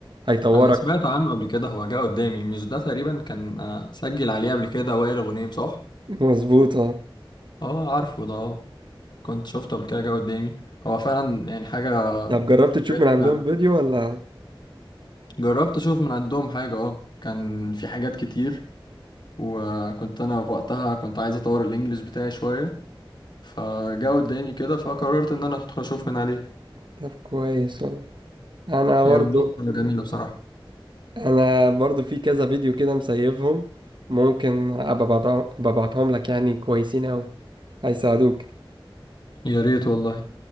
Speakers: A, on the right; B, on the left.
A: هيطورك
B: انا سمعت عنه قبل كده هو جه قدامي مش ده تقريبا كان آه، سجل عليه قبل كده وائل غنيم صح
A: مظبوط اه
B: اه عارفه ده اه كنت شفته قبل كده جه قدامي هو فعلا يعني حاجه
A: طب جربت
B: كويسه
A: تشوف من عندهم
B: فعلا
A: فيديو ولا
B: جربت اشوف من عندهم حاجه اه كان في حاجات كتير وكنت انا في وقتها كنت عايز اطور الانجليش بتاعي شويه فجاء قدامي كده فقررت ان انا ادخل اشوف من عليه
A: طب كويس والله انا برضو
B: هي منصه جميله بصراحه
A: انا برضو في كذا فيديو كده مسيفهم ممكن ابقى أبعتهم أبقى أبعتهم لك يعني كويسين اوي هيساعدوك
B: يا ريت والله